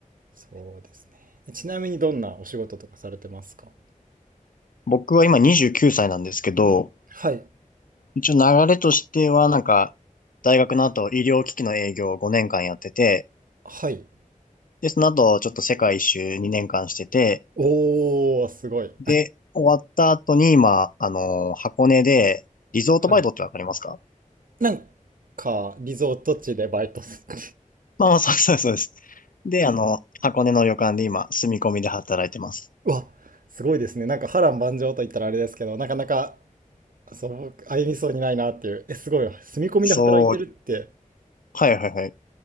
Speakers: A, on the right (about 80°); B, on the left (about 75°).
A: そうですね。ちなみにどんなお仕事とかされてますか
B: 僕は今29歳なんですけど、
A: はい。
B: 一応流れとしてはなんか、大学の後医療機器の営業を5年間やってて、
A: はい。
B: で、その後ちょっと世界一周2年間してて、
A: おー、すごい。
B: で、終わった後に今、あの、箱根でリゾートバイトってわかりますか
A: はい。なんか、リゾート地でバイトす <laughs>
B: まあまあ、そうそうそうです。で、あの、箱根の旅館で今、住み込みで働いてます。
A: うわ、すごいですね。なんか波乱万丈と言ったらあれですけど、なかなか、そう、僕歩みそうにないなっていう。え、すごい。住み込みで働いてるって、
B: そう、はいはいはい。